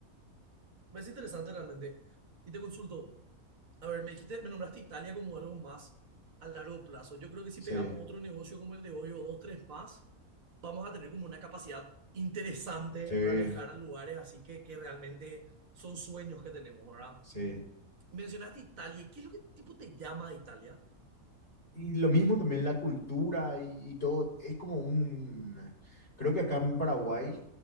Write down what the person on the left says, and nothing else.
Sí,
sí,
sí.
Y lo mismo también la cultura y, y todo, es como un, creo que acá en Paraguay